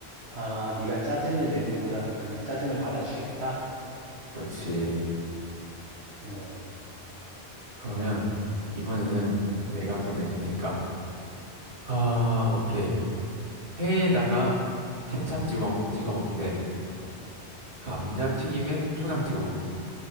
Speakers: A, on the right; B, on the right.
A: 아, 네가 짜증을 내기보단 그냥 짜증을 받아주겠다?
B: 그렇지.
A: 어,
B: 그러면 이번에는
A: 음.
B: 내가 또 낼 테니까. 아, 오케이. 회에다가 케찹 찍어, 찍어 먹기 대 감자튀김에 초장 찍어 먹기.